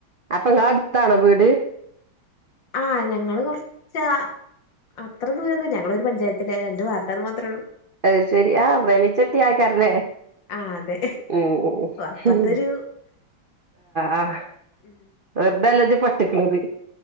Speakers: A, on the right; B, on the left.
A: അപ്പൊങ്ങളെ അട്ത്താണോ വീട്
B: ആഹ് ഞങ്ങള് കൊർച്ചാ അത്ര ദൂരന്നൂല്ല ഞങ്ങളൊര് പഞ്ചായത്തിലാ രണ്ട് വാർഡാന്ന് മാത്രള്ളൂ
A: അത് ശെരി ആഹ് പ്രേമിച്ചെട്ട്യേതാക്കാരല്ലേ
B: ആഹ് അതെ
A: ആഹ്
B: അപ്പത്തൊരു
A: ആഹ്
B: മ്
A: വെർതെല്ലജ്ജ് പെട്ട്ക്കണയത്